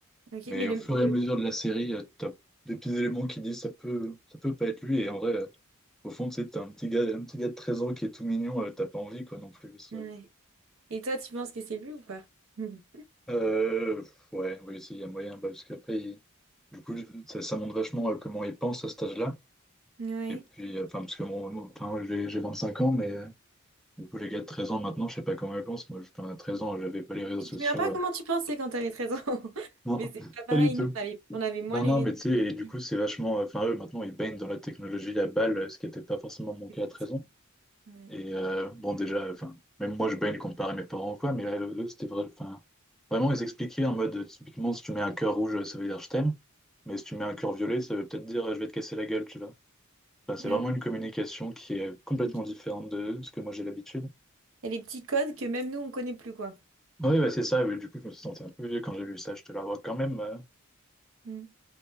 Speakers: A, on the right (about 70°); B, in the centre.
A: Ok,
B: Mais
A: mais le...
B: au fur
A: le-
B: et à mesure de la série, euh, t'as des petits éléments qui disent ça peut, ça peut pas être lui. Et en vrai, euh, au fond, tu sais, t'as un petit gars, un petit gars de 13 ans qui est tout mignon, euh, t'as pas envie quoi non plus que ce soit
A: ouais.
B: lui.
A: Et toi, tu penses que c'est lui ou pas? <laughs> Mhm.
B: Euh, pff, ouais, oui, s'il y a moyen, bah, parce qu'après, il- du coup, ça, ça montre vachement euh, comment ils pensent à cet âge-là.
A: Ouais.
B: Et puis, euh, enfin, parce que mon, mon- enfin, moi, j'ai j'ai cinq ans, mais euh, du coup, les gars de 13 ans maintenant, je sais pas comment ils pensent. Moi, je, enfin, à 13 ans, j'avais pas les réseaux
A: Tu
B: sociaux.
A: te souviens pas comment tu pensais quand t'avais 13 ans? <laughs>
B: Non,
A: Mais c'est pas pareil,
B: pas du tout.
A: nous, on avait, on avait moins
B: Non,
A: les
B: non,
A: réseaux.
B: mais tu sais, et
A: on avait-
B: du coup, c'est vachement. euh, Enfin, eux, maintenant, ils baignent dans la technologie à balles, ce qui n'était pas forcément mon
A: c'était
B: cas
A: trop
B: à 13
A: truc.
B: ans.
A: Ouais.
B: Et euh, bon, déjà, enfin, même moi, je baigne comparé à mes parents ou quoi, mais là, eux, c'était vrai. Enfin, vraiment, ils expliquaient en mode, typiquement, si tu mets un cœur rouge, ça veut dire je t'aime. Mais si tu mets un cœur violet, ça veut peut-être dire euh, je vais te casser la gueule, tu vois. Enfin, c'est
A: Ah
B: vraiment
A: oui
B: une communication qui est complètement
A: Ok.
B: différente
A: Il
B: de ce que moi j'ai l'habitude.
A: y a des petits codes que même nous, on connaît plus, quoi.
B: Oui, bah, c'est ça. mais du coup, je me suis senti un peu vieux quand j'ai vu ça. Je te l'avoue quand même. euh,
A: Hmm.